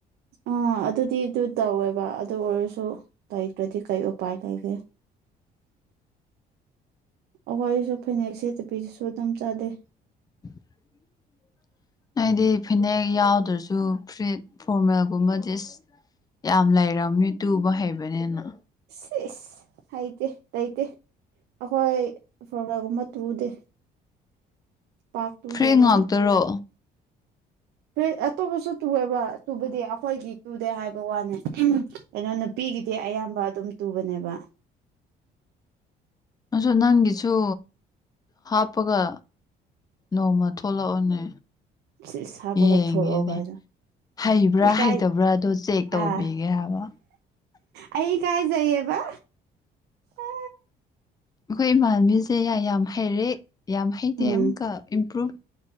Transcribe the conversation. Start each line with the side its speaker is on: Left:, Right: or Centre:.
Right: ꯑꯥ ꯑꯗꯨꯗꯤ ꯑꯗꯨ ꯇꯧꯋꯦꯕ ꯑꯗꯨ ꯑꯣꯏꯔꯁꯨ ꯂꯩꯇ꯭ꯔꯗꯤ ꯀꯩ ꯎꯄꯥꯏ ꯂꯩꯒꯦ
Left: ꯎ
Right: ꯑꯩꯈꯣꯏꯁꯨ ꯐꯅꯦꯛꯁꯦꯠꯇ ꯄꯤꯁꯨ ꯑꯗꯨꯝ ꯆꯥꯗꯦ
Left: <inaudible> ꯍꯥꯏꯗꯤ ꯐꯤꯅꯦꯛ ꯌꯥꯎꯗ꯭ꯔꯁꯨ ꯐꯨꯔꯤꯠ ꯐꯣꯔꯃꯦꯜꯒꯨꯝꯕ ꯗꯤ ꯌꯥꯝ ꯂꯩꯔꯝꯅꯤ ꯇꯨꯕ ꯍꯩꯕꯅꯤꯅ
Right: ꯁ ꯑꯥꯏꯇ ꯇꯥꯏꯇ ꯑꯩꯈꯣꯏ ꯐꯔꯒꯨꯝꯕ ꯇꯨꯗꯦ ꯄꯥꯛ ꯇꯨꯗꯦꯕ
Left: ꯐ꯭ꯔꯔꯤ ꯉ ꯉꯥꯛꯇꯔꯣ
Right: ꯐꯦ ꯑꯇꯣꯞꯄꯁꯨ ꯇꯨꯑꯦꯕ ꯇꯨꯕꯗꯤ ꯑꯩꯈꯣꯏꯒꯤ ꯇꯨꯗꯦ ꯍꯥꯏꯕ ꯋꯥꯅꯤ ꯀꯩꯅꯣ ꯅꯨꯄꯤꯒꯤꯗꯤ ꯑꯌꯥꯝꯕ ꯑꯗꯨꯝ ꯇꯨꯕꯅꯦꯕ
Left: <inaudible> ꯑ ꯅꯪꯒꯤꯁꯨ ꯍꯥꯞꯄꯒ ꯅꯣꯡꯃ ꯊꯣꯛꯂꯛꯑꯣꯅꯦ
Right: ꯁꯤꯁ ꯍꯥꯞꯄꯒ
Left: ꯌꯦꯡꯉꯦꯅꯦ
Right: ꯊꯣꯛꯂꯛꯑꯣ ꯀꯥꯏꯅ
Left: ꯍꯩꯕ꯭ꯔꯥ
Right: ꯏꯀꯥꯏ
Left: ꯍꯩꯇꯕ꯭ꯔꯥ ꯑꯗꯨꯣ ꯆꯦꯛ ꯇꯧꯕꯤꯒꯦ
Right: ꯑꯥ
Left: ꯍꯥꯏꯕ ꯑꯕ
Right: ꯑꯩ ꯀꯥꯏ ꯆꯏꯌꯦꯕ ꯑ
Left: ꯑꯩꯈꯣꯏ ꯏꯃꯥꯟꯅꯕꯤꯁꯦ ꯌꯥꯝ ꯍꯩꯔꯦ ꯌꯥꯝ ꯍꯩꯇꯦ
Right: ꯎꯝ
Left: ꯑꯃꯨꯛꯀ ꯏꯝꯄ꯭ꯔꯨꯨꯞ